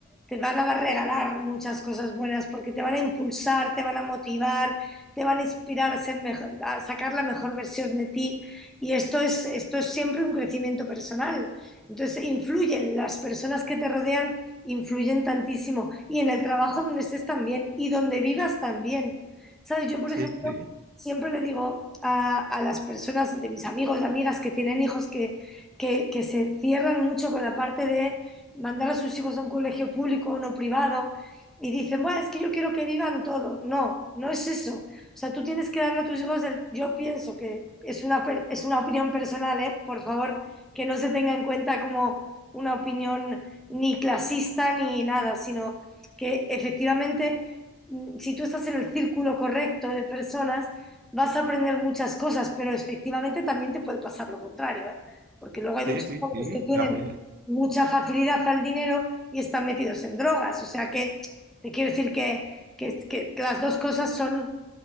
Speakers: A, in the centre; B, on the right (about 45°).
A: te van a regalar muchas cosas buenas porque te van a impulsar, te van a motivar, te van a inspirar a ser mejor, a sacar la mejor versión de ti. Y esto es, esto es siempre un crecimiento personal. Entonces, influyen, las personas que te rodean influyen tantísimo. Y en el trabajo donde estés también y donde vivas también. ¿Sabes? Yo, por
B: Sí,
A: ejemplo,
B: sí,
A: siempre le digo a, a las personas, de mis amigos, amigas que tienen hijos, que, que, que se cierran mucho con la parte de mandar a sus hijos a un colegio público o no privado y dicen, bueno, es que yo quiero que vivan todo. No, no es eso. O sea, tú tienes que darle a tus hijos, el- yo pienso que es una, per- es una opinión personal, ¿eh? Por favor, que no se tenga en cuenta como una opinión ni clasista ni nada, sino que efectivamente mm, si tú estás en el círculo correcto de personas, vas a aprender muchas cosas, pero efectivamente también te puede pasar lo contrario, ¿eh? Porque luego hay
B: sí,
A: muchos
B: sí,
A: jóvenes
B: sí,
A: que tienen
B: también.
A: mucha facilidad al dinero y están metidos en drogas. O sea que te quiero decir que, que- que las dos cosas son,